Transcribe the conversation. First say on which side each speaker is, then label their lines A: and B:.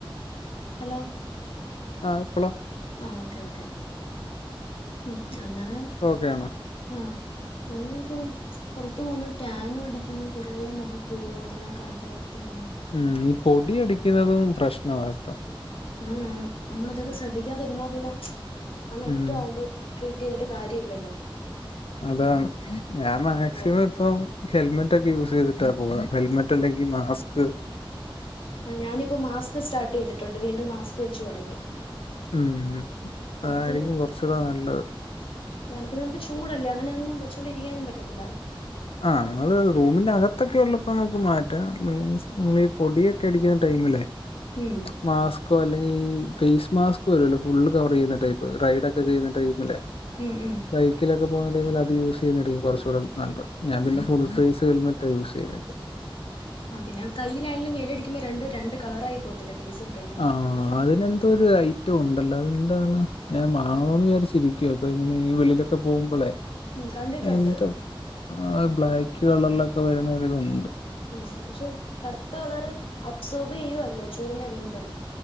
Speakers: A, on the left (about 70°); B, on the left (about 85°).
A: ഹെലോ
B: ആഹ് ഇപ്പളോ
A: ആഹ് ഓക്കേ ഓക്കെ ഉം അങ്ങനെ
B: പ്പൊ ഓക്കെ ആണോ?
A: ആഹ് അങ്ങനെയൊക്കൊ പുറത്ത് പോവ്ന്ന്, ടാനും അടിക്കുന്നു കുറേ മുഖക്കുരു അതെല്ലാം കറുത്ത് കറുത്ത് പോവുന്ന്.
B: ഉം ഈ പൊടിയടിക്കുന്നതും പ്രശ്നമാട്ടോ
A: ആഹ് ആണ്. നമ്മളിതൊക്കെ ശ്രദ്ധിക്കാതിരുന്നാ പിന്നെ അങ്ങ് അറ്റ
B: ഉം.
A: ആവുമ്പഴ്ക്ക് ട്രീറ്റ് ചെയ്തിട്ട് കാര്യ ഇല്ലല്ലോ
B: അതാണ്. ഞാൻ മാക്സിമം ഇപ്പം ഹെൽമെറ്റ് ഒക്കെ യൂസ് ചെയ്തിട്ടാ പോകാ. ഹെൽമെ ട്ട് ല്ലെങ്കി മാസ്ക്ക്
A: ഉം ഞാനിപ്പ മാസ്ക് സ്റ്റാർട്ട് ചെയ്തിട്ടുണ്ട്. വീണ്ടും മാസ്ക് വെച്ച് തുടങ്ങി
B: ഉം
A: പുറത്ത്
B: അതായിരിക്കും കുറച്ചുകൂടെ നല്ലത്
A: അതാണ് പിന്നെ നമുക്ക് ചൂടല്ലേ അങ്ങനെ ഒന്നും വെച്ചൊണ്ടിരിക്കാനും പറ്റത്തില്ല.
B: ആഹ് നിങ്ങള് റൂമിന്റെ അകത്തൊക്കെ ഉള്ളപ്പം നമുക്ക് മാറ്റാം മീൻസ് നിങ്ങളീ പൊടിയൊ ക്കെ അടിക്കുന്ന ടൈമിലേ
A: ഉം
B: മാസ്കോ അല്ലെങ്കി ഈ ഫേസ് മാസ്ക് വരൂല്ലോ ഫുള്ള് കവർ ചെയ്യുന്ന ടൈപ്പ് റൈഡ് ഒക്കെ ചെയ്യുന്ന ടൈമിലെ
A: ഉം ഉം
B: ബൈക്കിലൊക്കെ പോകുന്ന ടൈമിൽ അത് യൂസ് ചെയ്യുന്നായിരിക്കും കുറച്ചു കൂടെ നല്ലത്. ഞാൻ പിന്നെ ഫുൾ ഫേസ് ഹെൽമെ റ്റാ യൂസ് ചെയ്ന്നെ ഇപ്പം
A: ആഹ് പിന്നെ കയ്യിലായാലും വെയിലടിക്കുമ്പോ രണ്ടും രണ്ട് കളറായി പോകത്തില്ലേ ഫേസും കൈയും
B: ആഹ് അതിന് ത്തൊരു ഐറ്റം ഉണ്ടല്ലോ അത് എന്താണ് ഞാൻ വാങ്ങണോന്ന് വിചാരിച്ചിരിക്കുവാ ഇപ്പൊ ഇങ്ങനെ ഈ വെളിലൊക്കെ പോകുമ്പളേ
A: ഉം കണ്ടിട്ടുണ്ട്
B: എന്തൊ ആ ബ്ലാക്ക് കളറിലൊക്കെ വരുന്നൊരിതുണ്ട്.
A: ഉം പക്ഷെ കറുത്ത കളറ് അബ്സോർബ് ചെയ്യുവല്ലേ ചൂടിനെ വീണ്ടും